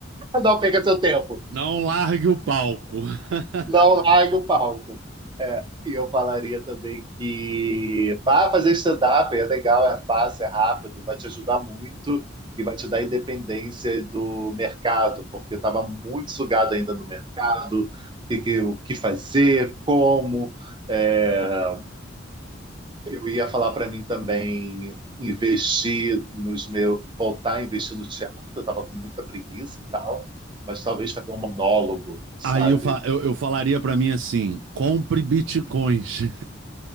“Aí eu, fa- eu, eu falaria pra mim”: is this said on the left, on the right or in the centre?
Right